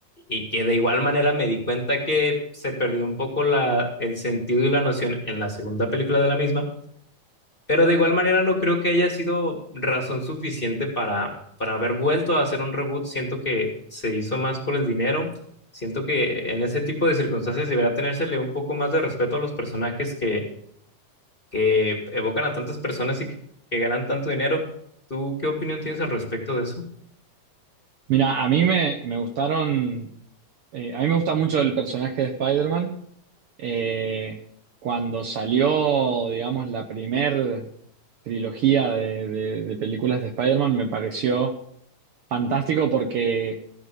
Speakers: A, on the left; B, on the right.
A: y que de igual manera me di cuenta que se perdió un poco la, el sentido y la noción en la segunda película de la misma, pero de igual manera no creo que haya sido razón suficiente para, para haber vuelto a hacer un reboot. Siento que se hizo más por el dinero. Siento que en ese tipo de circunstancias deberá tenérsele un poco más de respeto a los personajes que, que evocan a tantas personas y que, que ganan tanto dinero. ¿Tú qué opinión tienes al respecto de eso?
B: Mira, a mí me, me gustaron, eh, a mí me gusta mucho el personaje de Spider-Man. Eh, cuando salió, digamos, la primer trilogía de, de- de películas de Spider-Man, me pareció fantástico porque